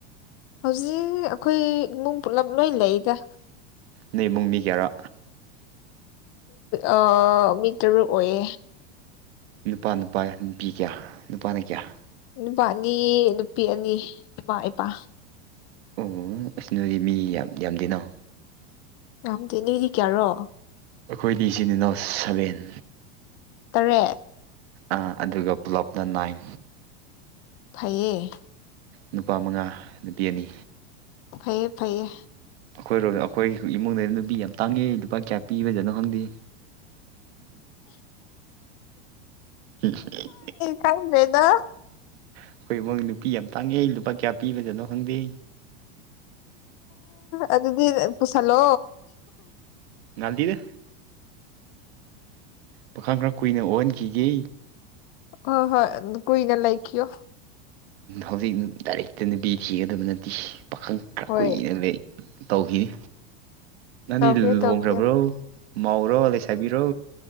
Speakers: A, on the left; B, on the right.
A: ꯍꯧꯖꯤꯛ ꯑꯩꯈꯣꯏ ꯏꯃꯨꯡ ꯄꯨꯂꯞ ꯂꯣꯏ ꯂꯩꯗ
B: ꯅꯣꯏ ꯏꯃꯨꯡ ꯃꯤ ꯀꯌꯥꯔꯥ
A: ꯑꯩꯣꯏ ꯃꯤ ꯇꯔꯨꯛ ꯑꯣꯏꯌꯦ
B: ꯅꯨꯄꯥ ꯅꯨꯄꯥ ꯅꯨꯄꯤ ꯀꯌꯥ ꯅꯨꯄꯥꯅ ꯀꯌꯥ
A: ꯅꯨꯄꯥ ꯑꯅꯤ ꯅꯨꯄꯤ ꯑꯅꯤ ꯏꯃꯥ ꯏꯄꯥ
B: ꯑꯣ ꯑꯁꯅꯣꯗꯤ ꯃꯤ ꯌꯥꯝ ꯌꯥꯝꯗꯦꯅꯣ
A: ꯉꯗꯤ ꯅꯗꯤ ꯀꯌꯥꯔꯣ
B: ꯑꯩꯈꯣꯏꯗꯤ ꯏꯆꯤꯤꯟ ꯏꯅꯥꯎ ꯁꯕꯦꯟ
A: ꯇꯔꯦꯠ
B: ꯑ ꯑꯗꯨꯒ ꯄꯨꯂꯞꯅ ꯅꯥꯏꯟ
A: ꯐꯩꯌꯦ
B: ꯅꯨꯄꯥ ꯃꯉꯥ ꯅꯨꯄꯤ ꯑꯅꯤ
A: ꯐꯩꯌꯦ ꯐꯩꯌꯦ
B: ꯑꯩꯈꯣꯏꯔꯣꯝ ꯑꯩꯈꯣꯏꯒꯤ ꯏꯃꯨꯡꯗ ꯅꯨꯄꯤ ꯌꯥꯝ ꯇꯥꯡꯉꯦ ꯂꯨꯄꯥ ꯀꯌꯥ ꯄꯤꯕꯖꯅꯣ ꯈꯪꯗꯦ ꯍ
A: ꯀ ꯂꯩꯗ
B: ꯑꯩꯈꯣꯏ ꯎꯃꯪ ꯅꯨꯄꯤ ꯌꯥꯝ ꯇꯥꯡꯉꯦ ꯂꯨꯄꯥ ꯀꯌꯥ ꯄꯤꯕꯖꯠꯅꯣ ꯈꯪꯗꯦ
A: ꯑꯗꯨꯗꯤ ꯄꯨꯁꯜꯂꯣ
B: ꯉꯜꯗꯗ ꯄꯥꯈꯥ ꯈꯔ ꯀꯨꯏꯅ ꯑꯣꯛꯍꯟꯈꯤꯒꯦ
A: ꯍ ꯍꯣꯏ ꯀꯣꯏ ꯉ ꯂꯥꯏ ꯀꯣ
B: ꯍꯧꯖꯤꯛ ꯗꯥꯏꯔꯦꯛꯇ ꯅꯨꯄꯤ ꯊꯤꯒꯗꯕ ꯅꯠꯇꯦ ꯄꯥꯈꯪ ꯈꯔ
A: ꯍꯣꯏ
B: ꯀꯨꯏꯅ ꯂꯩ ꯇꯧꯈꯤꯅꯤ ꯅꯪꯅꯤ
A: ꯇꯧꯈꯤꯌꯣ
B: ꯂꯨꯍꯣꯡꯈ꯭ꯔꯕ꯭ꯔꯣ
A: ꯇꯧꯈꯤꯌꯣ
B: ꯃꯥꯥꯎꯔꯣ ꯂꯩꯁꯥꯕꯤꯔꯣ